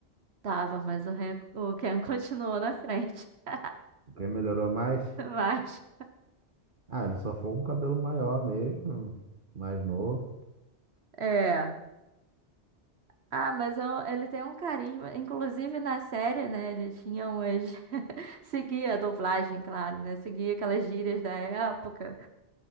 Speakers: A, on the right; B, on the right.
A: Tava, mas o, Ren, o Ken <laughs> continuou na frente. <laughs>
B: Quem melhorou mais?
A: Mas
B: Ah, ele só foi um cabelo maior mesmo, mais novo.
A: é. Ah, mas eu- ele tem um carisma, inclusive na série, né? Ele tinha umas <laughs> seguia a dublagem, claro, né? Seguia aquelas gírias da época.